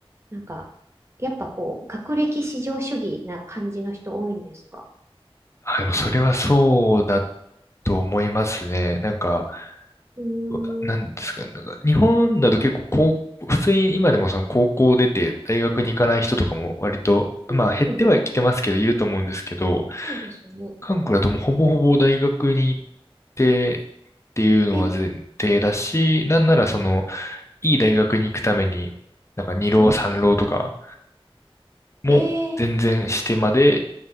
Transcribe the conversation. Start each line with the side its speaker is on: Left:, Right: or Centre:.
Right: なんか、やっぱこう、学歴至上主義な感じの人多いんですか
Left: あ、でもそれはそうだと思いますね。なんか、
Right: うーん、
Left: うなんですかね。
Right: う
Left: なんか日本だと結構高、普通に今でもその高校出て大学に行かない人とかも割と、
Right: ん、うんうん、
Left: まあ減ってはきてますけど、いると思うんですけど、
Right: そうですね。
Left: 韓国だともうほぼほぼ大学に行ってっていうのは前提だし、
Right: え、
Left: なんならその、いい大学に行くために、なんか二浪三浪とか
Right: うん。
Left: も全然してまで、
Right: えー、